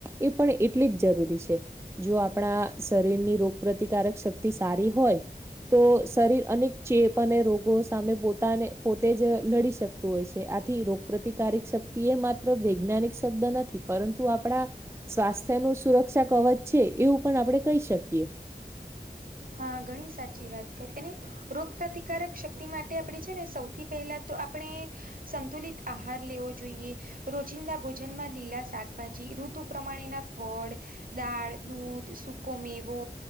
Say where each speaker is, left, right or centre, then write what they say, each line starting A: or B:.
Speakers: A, on the right (about 15°); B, on the right (about 60°).
A: એ પણ એટ એટલી જ જરૂરી છે જો આપણા શરીરની રોગ પ્રતિકારક શક્તિ તારી હોય તો શરીર અનેક ચેપ અને રોગો સામે પોતાને પોતે જ લડી શકતું હોય છે આથી રોગ પ્રતિકારક શક તે માત્ર વૈજ્ઞાનિક શબ્દ નથી. પરંતુ આપણા સ્વાસ્થ્યનુ સુરક્ષા કવચ છે એવું પણ આપણે કહી શકીએ.
B: હા ધણી સાચી વાત કરી. અને રોગ પ્રતિકારક શક્તિ માટે આપણે છે ને સૌથી પહેલા તો આપણે સંતુલિત આહાર લેવો જોઈએ. રોજિંદા ભોજનમાં લીલા શાકભાજી, ઋતુ પ્રમાણેના ફળ. દાળ, દૂધ, સુકો મેવો